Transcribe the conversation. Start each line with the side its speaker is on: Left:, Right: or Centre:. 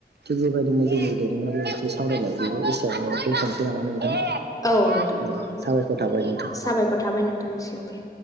Right: थिग बेबायदिनो जोंनि दोरोङारि ओंख्रि सावरायनायखौ एसेयावनो नामा नोंथां
Left: औ नोंथां
Right: औ
Left: दे
Right: साबायखर थाबाय नोंथां
Left: साबायखर थाबाय नोंथांनिसिमबो।